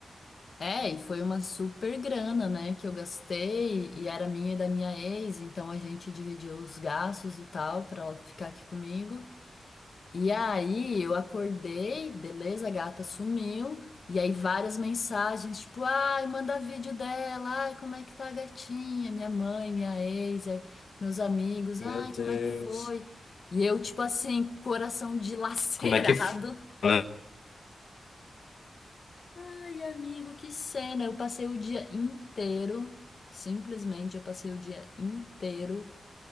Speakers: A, on the left (about 50°); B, on the left (about 80°).
A: É, e foi uma super grana, né, que eu gastei e era minha e da minha ex, então a gente dividiu os gastos e tal pra ela ficar aqui comigo. E aí eu acordei, beleza, a gata sumiu, e aí várias mensagens, tipo, ai, manda vídeo dela, ai, como é que tá a gatinha, minha mãe, minha ex, eh, meus amigos, ai,
B: Meu Deus.
A: como é que foi? E eu, tipo assim, com o coração <laughs> dilacerado.
B: Como é que fala?
A: Ai, amigo, que cena! Eu passei o dia inteiro, simplesmente eu passei o dia inteiro